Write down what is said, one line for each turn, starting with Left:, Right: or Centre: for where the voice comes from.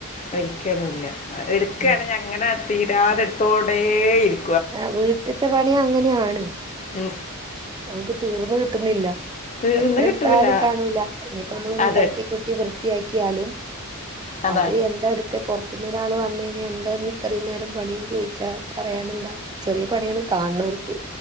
Left: ഒരിക്കലുമില്ല. എടുക്കുകയാണെ
Right: ഉം
Left: അങ്ങനെ തീരാതെടുത്തോടെ ഇരി
Right: ആഹ വീട്ടിത്തെ പണി അങ്ങനെയാണ്.
Left: ഉം.
Right: നമുക്ക് തീർന്ന് കിട്ടുന്നില്ല.
Left: തീർന്ന്
Right: എത്ര എടുത്താലും
Left: കിട്ടൂല
Right: കാണൂല്ല. ഇനിയിപ്പോ നമ്മളൊന്ന്
Left: അതെ
Right: തട്ടി കൂട്ടി. വൃത്തിയാക്കിയാലും,
Left: അതാണ്
Right: അത് എന്തായെടുത്തേ പൊറത്തൂന്ന്. ഒരാള് വന്ന് കഴിഞ്ഞാ എന്താന്ന് ഇത്രയും നേരം പണിയെന്ന് ചോദിച്ചാ പറയാനെന്താ. ചെറിയ പണികള് കാണ്ണൂർക്ക്.